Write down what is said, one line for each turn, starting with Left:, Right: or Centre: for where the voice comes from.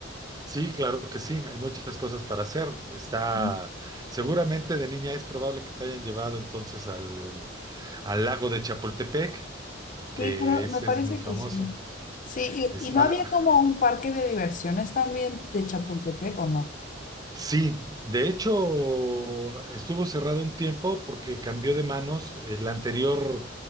Right: Sí, claro que sí, hay muchas cosas para hacer. Está,
Left: Mm.
Right: seguramente de niña es probable que te hayan llevado entonces al, al lago de Chapultepec, que
Left: Sí, creo,
Right: ese
Left: me parece
Right: es muy famoso.
Left: que sí. Sí,
Right: Está,
Left: y, y no había como un parque de diversiones también de Chapultepec, ¿o
Right: Sí, de hecho estuvo cerrado un tiempo porque cambió de manos. El anterior